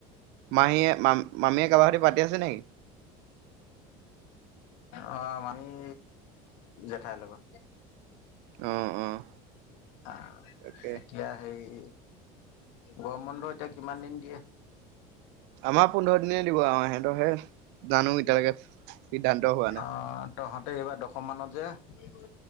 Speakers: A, on the right; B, on the left.
A: মাহীয়ে। মামীয়ে কাৰোবা সৈতে পাতি আছে, নেকি?
B: অহ, মামি জেঠাইৰ লগত।
A: অঁ অঁ
B: অহ
A: তাকে।
B: এতিয়া হেৰি। গৰম বন্ধ এতিয়া কিমান দিন দিয়ে।
A: আমাৰ পোন্ধৰ দিনে দিব আৰু। সিহঁতৰহে, জানোঁ এতিয়ালৈকে, সিদ্ধান্ত হোৱা নাই।
B: অ', তহঁতে এইবাৰ দশমমানত যে। উম,